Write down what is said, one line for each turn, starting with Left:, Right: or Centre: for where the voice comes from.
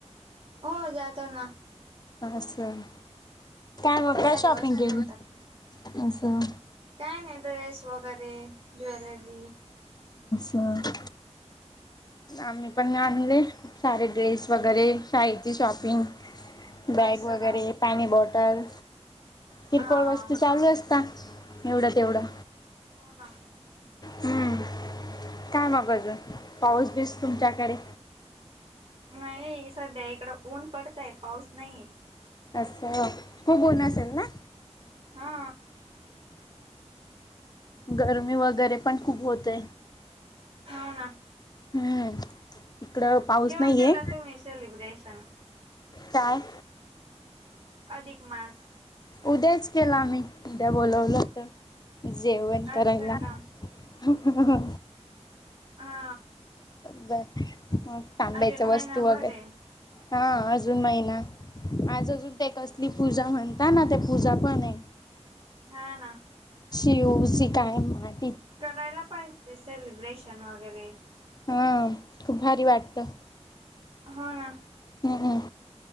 Right: हो जातो ना
Left: असं काय
Right: खूप
Left: मग
Right: सारे
Left: काय शॉपिंग
Right: वस्तू
Left: केली
Right: भेटतात.
Left: असं
Right: काय नाही ते सुहाग ते ज्वेलरी
Left: हम् आम्ही पण आणले सारे ड्रेस वगैरे शाळेची शॉपिंग बॅग
Right: असं
Left: वगैरे
Right: का
Left: पाणी बॉटल किरकोळ
Right: हा
Left: वस्तू चालू असता एवढं तेवढं
Right: हो ना
Left: हम्म काय मग अजून पाऊस बीस तुमच्याकडे
Right: नाही सध्या इकडं ऊन पडतय पाऊस नाही
Left: अस खूप ऊन असेल ना
Right: हा
Left: गरमी वगैरे पण खूप होते
Right: हो ना
Left: हम्म इकडं पाऊस
Right: केव्हा
Left: नाहीये
Right: केला तुम्ही सेलिब्रेशन सण
Left: चय
Right: अधिक मास
Left: उद्याच केला मी डबल ओलत जेवण करायला
Right: असं का
Left: हा
Right: हा
Left: बर हा तांब्याच्या
Right: अजून
Left: वस्तू
Right: महिनाभर
Left: वगैरे
Right: आहे.
Left: हा अजून महिना आज अजून ते कसली पूजा म्हणतात ना ते पूजा पण आहे
Right: हा ना
Left: शिवसी काय माहित
Right: करायला पाहिजे सेलिब्रेशन वगैरे कधी
Left: हा खूप भारी वाटत
Right: हो ना
Left: हम्म